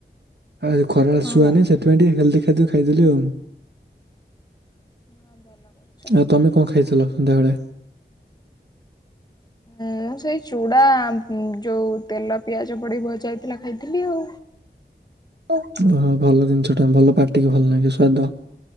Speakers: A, on the right; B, on the left.
A: ଆଉ ଏ ଖରାଳେ
B: ହଁ
A: ଶୁଆ ନାଇ ସେଥିପାଇଁ ଟିକେ ହେଲ୍ଦି ଖାଦ୍ୟ ଖାଇଦେଲି ଆଉ।
B: ହଁ ଭଲ କରିଛ
A: ଆଉ ତମେ କଣ ଖାଇଥିଲ ସନ୍ଧ୍ୟାବେଳେ?
B: ଉଁ ମୁଁ ସେଇ ଚୁଡ଼ା ଉଁ ଯୋଉ ତେଲ ପିଆଜ ପଡି ଭଜା ହେଇଥିଲା ଖାଇଥିଲି ଆଉ।
A: ଓ ହ ଭଲ ଜିନିଷ ଟା ଭଲ ପାଟିକି ଭଲ ଲାଗେ ସ୍ଵାଦ